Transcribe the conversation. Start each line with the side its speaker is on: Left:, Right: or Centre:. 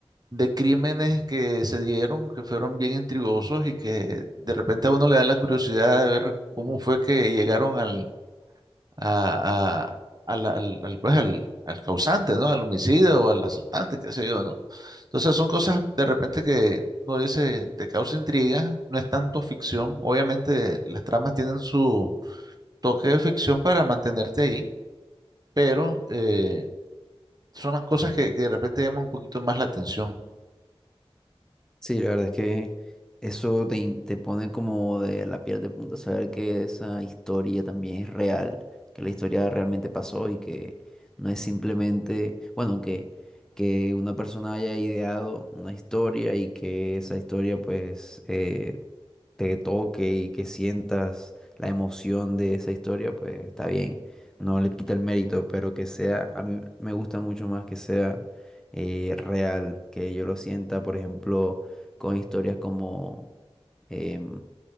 Right: de crímenes que se dieron, que fueron bien intrigosos y que de repente a uno le da la curiosidad de ver
Centre: <laughs>
Right: cómo fue que llegaron al, a, a- al, al- al, pues, al- al causante, ¿no? Al homicida o al asaltante, qué sé yo, ¿no? Entonces son cosas de repente que uno dice, te causa intriga, no es tanto ficción. Obviamente las tramas tienen su toque de ficción para mantenerte ahí, pero eh, son las cosas que, que de repente llaman un poquito más la atención.
Centre: Sí, la verdad es que eso te, in- te pone como de la piel de punta saber que esa historia también es real, que la historia realmente pasó y que no es simplemente, bueno, que, que una persona haya ideado una historia y que esa historia pues eh, te toque y que sientas la emoción de esa historia, pues está bien. No le quita el mérito, pero que sea, a mí me gusta mucho más que sea eh, real, que yo lo sienta, por ejemplo, con historias como, em,